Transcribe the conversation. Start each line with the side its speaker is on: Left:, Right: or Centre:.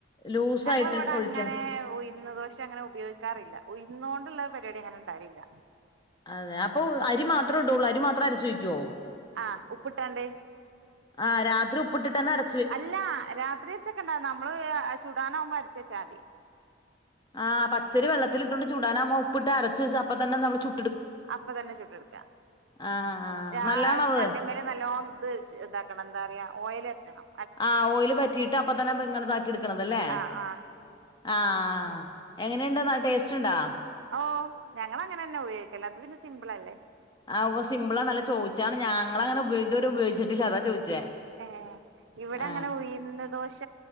Left: ലൂസായിട്ട്
Right: ഞങ്ങളിവിടെ
Left: ഒഴിക്കണം
Right: അങ്ങനെ ഉയ്ന്ന് ദോശ പ അങ്ങനെ ഉപയോഗിക്കാറില്ല ഉയന്ന് കൊണ്ടുള്ള പരിപാടി അങ്ങനെ ഉണ്ടായിരില്ല
Left: അതെ അപ്പൊ അരി മാത്രം ഇട്ടുള്ളൂ അരി മാത്രം അരച് വെയ്ക്കുവോ
Right: ആഹ ഉപ്പിട്ടാണ്ട്
Left: ആഹ രാത്രി ഉപ്പിട്ട് തന്നെ അര
Right: അല്ല രാത്രി വെച്ചക്കണ്ടാ നമ്മള് ചൂടാനാവുമ്പോ അരച്ച് വെച്ചാൽ മതി
Left: ആഹ പച്ചരി വെള്ളത്തിലിട്ടൊണ്ട് ചൂടാനാവുമ്പം ഉപ്പിട്ട അരച്ച വെച്ച് അപ്പ തന്ന നമ്മള് ചു
Right: അപ്പൊ തന്നെ ചുട്ടെടുക്ക
Left: ആ ആ
Right: ജാകല്ലു
Left: നല്ലാണത്
Right: മേല് നല്ലോ ഇത് ഇതാക്കണം എന്താ പറയ ഓയിൽ വയ്ക്കണം
Left: ആഹ ഓയില് പറ്റിയിട്ട് അപ്പൊ തന്നെ ഇങ്ങന ഇതാക്കി എടുക്കണതല്ലേ
Right: ആഹ് ആഹ്
Left: ആഹ എങ്ങനെയുണ്ട്ന്ന ടേസ്റ്റ് ഉണ്ടോ
Right: ഓ ഞങ്ങൾ അങ്ങനെ തന്നെ ഉപയോഗിക്കല്ലോ അത് പിന്നെ സിമ്പിൾ അല്ലേ
Left: ആഹ ഉവ്വ്സിമ്പിളാണല്ല ചോദിച്ചതാണ് ഞങ്ങൾങ്ങനെ ഉപയോഗഇതുവരെ ഉപയോഗിച്ചിട്ടില്ല അതാ ചോദിച്ചേ
Right: ഏ ഇവിടെ
Left: ആ
Right: അങ്ങനെ വിടി ഉഴുന്ന് ദോശ